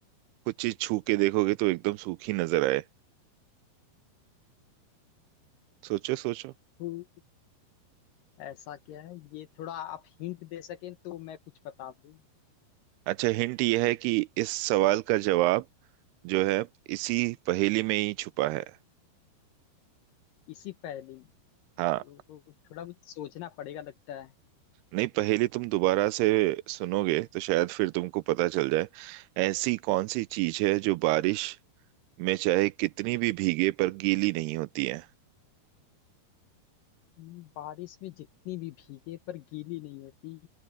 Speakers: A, on the right; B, on the left.
A: कुछ चीज छू के देखोगे तो एकदम सूखी नजर आए सोचो सोचो
B: तो ऐसा क्या है ये थोड़ा आप हिंट दे सकें तो मैं कुछ बता दूं
A: अच्छा हिंट यह है कि इस सवाल का जवाब जो है इसी पहेली में ही छुपा है
B: इसी पहेली में
A: हाँ
B: तो थोड़ा मुझे सोचना पड़ेगा लगता है
A: नहीं पहेली तुम दोबारा से सुनोगे तो शायद फिर तुमको पता चल जाए ऐसी कौन सी चीज है जो बारिश में चाहे कितनी भी भीगे पर गीली नहीं होती है
B: हम्म, बारिश में जितनी भी भीगे पर गीली नहीं होती